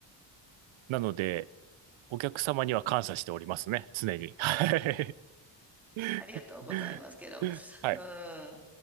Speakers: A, on the right (about 80°); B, in the centre.
A: なので、お客様には感謝しておりますね、常に。はい。<laughs>
B: ありがとうございますけど。
A: はい。
B: うん。